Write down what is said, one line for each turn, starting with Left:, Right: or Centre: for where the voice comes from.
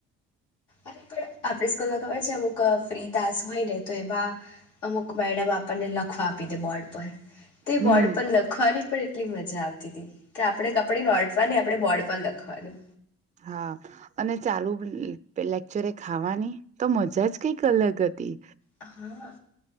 Left: અરે પણ આપણે સ્કૂલ ખબર છે અમુક ફ્રી તાસ હોય ને તો એમાં અમુક મેડમ આપણને લખવા આપી દે બોર્ડ પર તે
Right: હમ
Left: વોર્ડ પર લખવાની પણ એટલી મજા આવતી હતી કે આપણે કપડી નોટવાની આપણે બોર્ડ પર લખવાનું
Right: હા અને ચાલુ લેક્ચરે ખાવાની તો મજા જ કઈક અલગ હતી
Left: હા